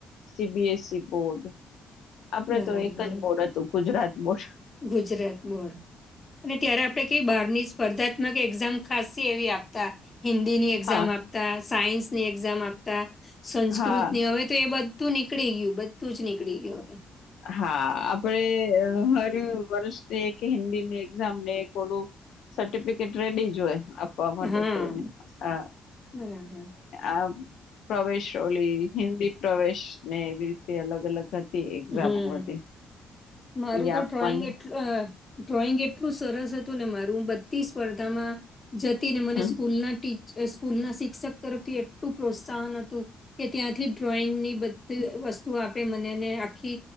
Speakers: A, on the left; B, on the left.
A: CBSE board. આપડે
B: બરાબર
A: તો એક જ બોર્ડ હતું ગુજરાત બોર્ડ.
B: ગુજરાત બોર્ડ. અને ત્યારે આપણે કઈ બારની જ સ્પર્ધાત્મક એક્ઝામ ખાસી એવી આપતા. હિન્દીની એક્ઝામ
A: હા
B: આપતા, સાયન્સની એક્ઝામ આપતા, સંસ્કૃતની
A: હા
B: હવે તો એ બધું નીકળી ગયું. બધું જ નીકળી ગયું હવે.
A: હા આપણે હર વર્ષ એક હિન્દીની એક્ઝામને એક ઓલું સર્ટિફિકેટ રેડી જ હોય. <unintelligible>
B: હમ હા
A: હા
B: બરાબર.
A: આ પ્રવેશ ઓલી હિન્દી પ્રવેશને એવી રીતે અલગ અલગ હત તે એક્ઝામો
B: હમ
A: હતી.
B: મારું
A: એ
B: તો
A: આપવાની
B: ડ્રોઈંગ એટલું અ ડ્રોઈંગ એટલું સરસ હતું ને મારું હું બધી સ્પર્ધામાં જતી ને મને
A: હમ
B: સ્કૂલના ટી સ્કૂલના શિક્ષક તરફથી એટલું પ્રોત્સાહન હતું. કે ત્યાંથી ડ્રોઈંગની બધી વસ્તુ આપે મને ને આ ખી